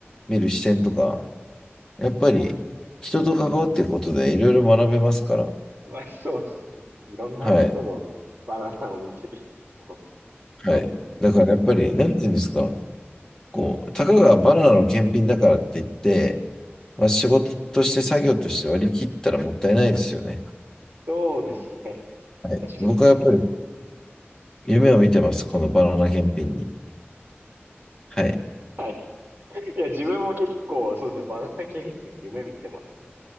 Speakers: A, on the left (about 15°); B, on the right (about 50°).
A: 見る視点とか、やっぱり人と関わっていくことでいろいろ学べますから、
B: まあそうですね。いろんな人のバナナを見てる。
A: はい。
B: <laughs>
A: はい。
B: そうです。
A: だからやっぱり、なんていうんですか、こう、たかがバナナの検品だからって言って、まあ、仕事として作業として割り切ったらもったいないですよね。
B: そうですね。
A: はい。
B: 確かに。
A: 僕はやっぱり夢を見てます、このバナナ検品に。はい。
B: はい。いや、自分も結構、そうですね、バナナ検品は夢見てますね。